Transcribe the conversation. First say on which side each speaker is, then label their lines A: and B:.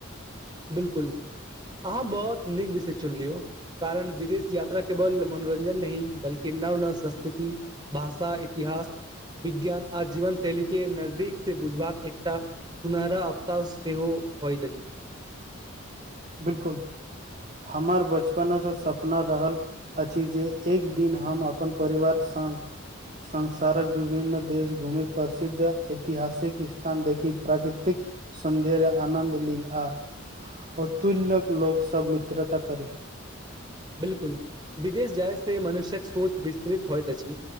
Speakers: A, on the right; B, on the right.
A: बिल्कुल अहाँ बहुत नीक विषय चुनलियौ कारण विदेश यात्रा केवल मनोरंजन नहि बल्कि नव नव संस्कृति भाषा इतिहास इतिहास विज्ञान आ जीवन शैली के नजदीक से बुझबाक एकटा सुनहरा अफसास सेहो होइत छै
B: बिल्कुल हमर बचपनसँ सपना रहल अछि जे एक दिन हम अपन परिवार संग संसारक विभिन्न देश घूमै पर प्रद् ऐतिहासिक स्थान देखि प्राकृतिक सौंदर्य आनन्द ली आ अतुल्य्क लोक सँ मित्रता करी
A: बिल्कुल विदेश जाइ से मनुष्यक सोच विस्तृत होइत अछि